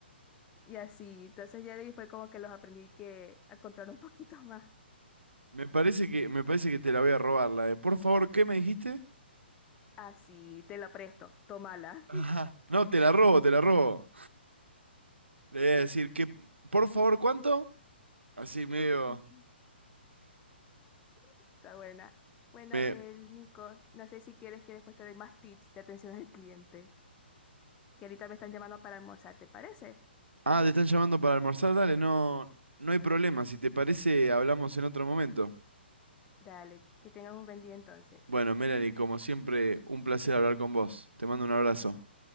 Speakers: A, on the left (about 20°); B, on the right (about 80°).
A: y así. Entonces ya de ahí fue como que los aprendí que a controlar un poquito <laughs> más.
B: Me parece que, me parece que te la voy a robar, la de, por favor, ¿qué me dijiste?
A: Así, te la presto, tómala.
B: Ajá. No, te la robo, te la robo. Le voy a decir que, por favor, ¿cuánto? Así
A: <laughs>
B: medio,
A: Está buena. Bueno,
B: me,
A: el Nico, no sé si quieres que después te doy más tips de atención al cliente, que ahorita me están llamando para almorzar, ¿te parece?
B: ah, te están llamando para almorzar, dale, no, no hay problema, si te parece, hablamos en otro momento.
A: Dale, que tengas un buen día entonces.
B: Bueno, Melanie, como siempre, un placer hablar con vos. Te mando un abrazo.